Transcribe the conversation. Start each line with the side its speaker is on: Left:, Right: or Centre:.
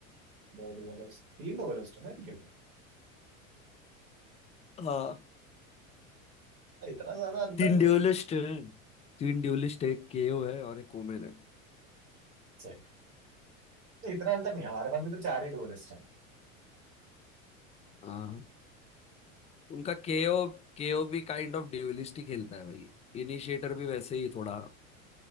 Right: दो डुअलिस्ट तीन डुअलिस्ट है इनके में
Left: हाँ
Right: इतना ज्यादा अंतर
Left: तीन
Right: नहीं
Left: ड्यूलिस्ट
Right: है
Left: हैं तीन ड्यूलिस्ट एक केओ है और एक ओमेन है
Right: सही इतना अंतर नहीं है हमारे पास भी तो चार ही डुअलिस्ट हैं
Left: हाँ उनका केओ केओ भी काइंड ऑफ ड्यूलिस्ट ही खेलता है भाई इनिशिएटर भी वैसे ही थोड़ा